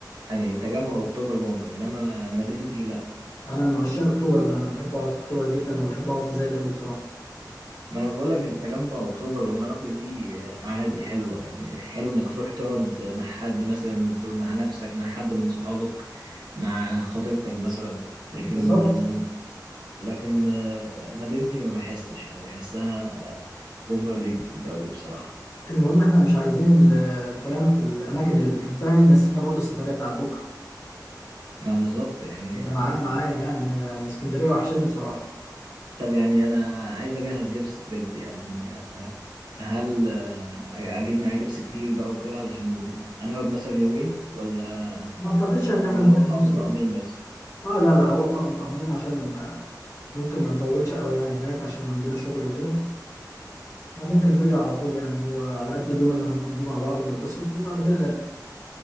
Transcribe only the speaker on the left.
أنا من عشاق أكتوبر بقى أنا بحب أقعد في أكتوبر جدا وبحب أقعد في زايد أوي بصراحة
بالظبط
المهم احنا مش عايزين ال- الكلام في الاماكن اللي بنحبها ينسينا برضو السفريه بتاعت بكره
ده معايا
معايا يعني يعني اسكندريه وحشاني بصراحه
ما اعتقدش ان احنا
ممكن
نوصل
اه لا لا هو طقم طقمين عشان آه، ممكن ما نطولش قوي يعني هناك عشان عندنا شغل وكده فممكن نرجع على طول يعني هو على قد اليوم اللي هنقضيه مع بعض ونتبسط وبعد كده نرجع